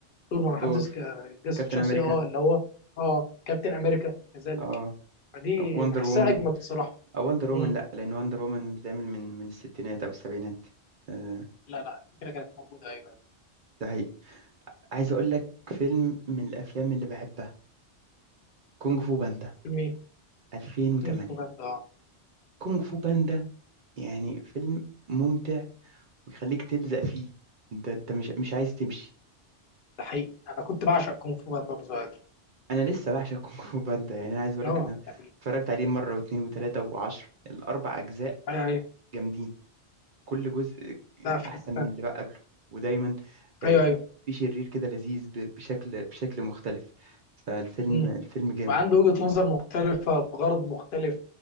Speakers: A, on the left; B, on the right.
A: ثور ما حدش
B: ثور
A: ك- جسد
B: كابتن
A: شخصيه
B: امريكا
A: اه اللي هو اه كابتن امريكا كذلك
B: اه
A: فدي
B: وندر
A: بحسها
B: وومن
A: اجمد الصراحه
B: او وندر وومن
A: مم.
B: لا لان وندر وومن بتعمل من من الستينات او السبعينات آه،
A: لا لا الفكره كانت موجوده ايوه
B: ده حقيقي عايز اقول لك فيلم من الافلام اللي بحبها كونج فو باندا
A: فيلمين
B: 2008
A: كونغ فو باندا اه
B: كونج فو باندا يعني فيلم ممتع ويخليك تلزق فيه انت انت مش مش عايز تمشي
A: ده حقيقي انا كنت بعشق كونغ فو باندا وانا صغير
B: انا لسه بعشق كونج فو باندا يعني انا عايز اقول
A: اه
B: لك انا
A: يعني
B: اتفرجت عليه مره واثنين وثلاثه وعشرة الاربع اجزاء
A: يعني
B: جامدين كل جزء
A: لا في
B: احسن
A: حتة
B: من
A: تانية
B: اللي بقى قبله ودايما آه،
A: ايوه
B: في
A: ايوه
B: في شرير كده لذيذ ب- بشكل بشكل مختلف فالفيلم
A: مم.
B: الفيلم جامد
A: وعنده وجهة نظر مختلفة بغرض مختلف